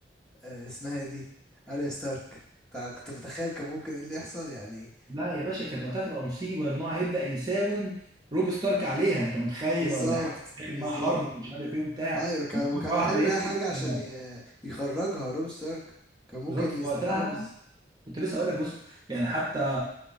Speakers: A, in the centre; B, on the right.
A: آه، اسمها ايه دي اريا ستارك تع- كنت متخيل كان ممكن ايه اللي يحصل يعني
B: لا يا باشا كانت وقتها تبقى مصيبه ان هو هيبدا يساوم روب ستارك عليها انت متخيل
A: بالظبط
B: هو بيحاول يدخل
A: بالظبط
B: معاها حرب ومش عارف ايه وبتاع
A: ايوه كان
B: ومره
A: وكان
B: واحده
A: هيعمل
B: يمسك
A: اي حاجه عشان
B: آه،
A: ي- يخرجها روب ستارك كان ممكن
B: بالظبط
A: يس...
B: في وقتها
A: اه بز...
B: كنت لسه اقول لك بص يعني حتى